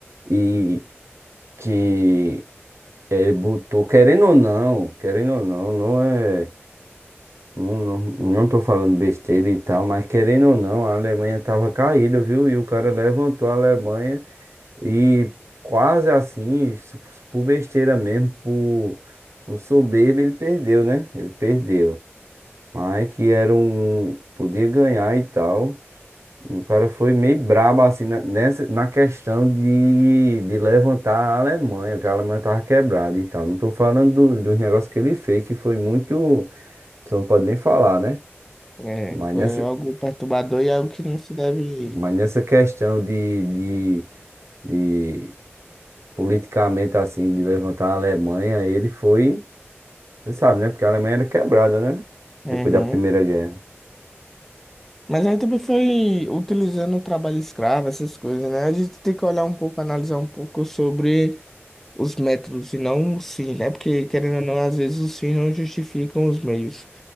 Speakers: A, on the right; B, in the centre.
A: E que ele botou, querendo ou não, querendo ou não, não é. Não, não, não tô falando besteira e tal, mas querendo ou não, a Alemanha tava caída, viu? E o cara levantou a Alemanha e quase assim, su- por besteira mesmo, por, por soberba, ele perdeu, né? Ele perdeu. Mas que era um. Podia ganhar e tal. E o cara foi meio brabo assim na, nessa, na questão de, de levantar a Alemanha, que a Alemanha tava quebrada e tal. Não tô falando do- dos negócios que ele fez, que foi muito. Você não pode nem falar, né?
B: É,
A: Mas
B: foi
A: nessa,
B: algo perturbador e algo que não se deve.
A: mas nessa questão de, de, de politicamente assim, de levantar a Alemanha, ele foi. Você sabe, né? Porque a Alemanha era quebrada, né?
B: Uhum.
A: Depois da Primeira Guerra.
B: Mas aí também foi utilizando o trabalho escravo, essas coisas, né? A gente tem que olhar um pouco, analisar um pouco sobre os métodos e não os fins, né? Porque, querendo ou não, às vezes os fins não justificam os meios.